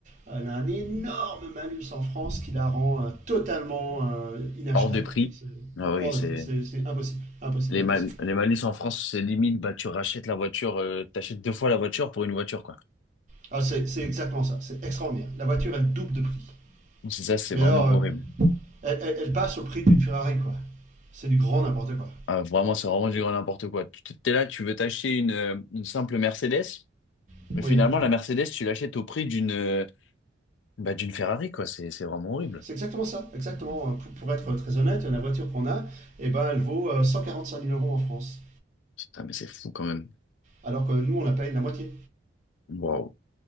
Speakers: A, on the right (about 40°); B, on the left (about 80°).
A: elle a un énorme malus en France qui la rend euh, totalement euh, inachetable.
B: hors de prix.
A: C'est
B: Ah
A: hors
B: oui,
A: de
B: c'est
A: prix, c'est c'est impossible, impossible,
B: les
A: impossible.
B: mal, les malus en France, c'est limite. Bah, tu rachètes la voiture, euh, t'achètes deux fois la voiture pour une voiture, quoi.
A: Ah, c'est c'est exactement ça, c'est extraordinaire. La voiture, elle double de prix.
B: Donc, C'est ça, c'est
A: Mais
B: vraiment
A: alors, euh,
B: horrible.
A: elle, elle- elle passe au prix d'une Ferrari, quoi. C'est du grand n'importe quoi.
B: Ah, vraiment, c'est vraiment du grand n'importe quoi. Tu t'es là, tu veux t'acheter une, euh, une simple Mercedes,
A: Vous
B: mais
A: voyez
B: finalement, la Mercedes, tu l'achètes au prix d'une euh, bah, d'une Ferrari, quoi. C'est, c'est vraiment horrible.
A: C'est exactement ça, exactement. Euh, Pour, pour être très honnête, la voiture qu'on a, eh ben, elle vaut euh, 145 000 euros en France.
B: Putain, mais c'est fou quand même.
A: Alors que nous, on la paye la moitié.
B: Waouh.